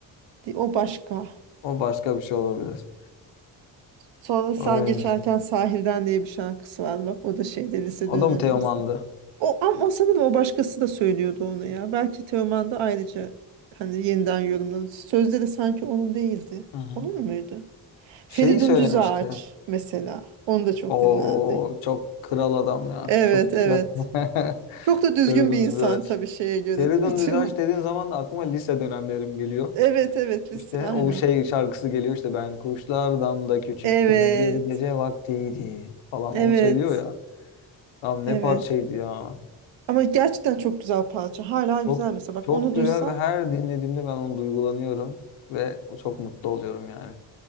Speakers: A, on the right; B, on the left.
A: Di- O başka.
B: O başka bir şey olabilir.
A: Sonra Sen
B: Ay.
A: Geçerken Sahilden diye bir şarkısı var. Bak o da şeyde lise
B: O
A: dönemimizde.
B: da mı Teoman'dı?
A: O, ama sanırım o başkası da söylüyordu onu ya. Belki Teoman da ayrıca hani yeniden yorumladı. Sözleri sanki onun değildi.
B: Hı hı.
A: Onun muydu? Feridun
B: Şeyi söylemişti.
A: Düzağaç mesela. Onu da çok
B: O
A: dinlerdi.
B: çok kral adam ya.
A: Evet
B: Çok güzel.
A: evet.
B: <laughs>
A: Çok da düzgün
B: Feridun
A: bir insan
B: Düzağaç.
A: tabii şeye göre
B: Feridun
A: değil mi Teoman?
B: Düztaş dediğin zaman da aklıma lise dönemlerim geliyor.
A: Evet evet lise
B: İşte
A: aynen.
B: o şey şarkısı geliyor işte ben kuşlardan da küçüktüm
A: Evet.
B: bir gece vaktiydi falan
A: Evet.
B: onu söylüyor ya. Abi
A: Evet.
B: ne parçaydı ya.
A: Ama gerçekten çok güzel parça. Hala güzel
B: Çok
A: mesela. Bak
B: çok
A: onu
B: güzel
A: duysam.
B: ve her dinlediğimde ben onu duygulanıyorum ve çok mutlu oluyorum yani.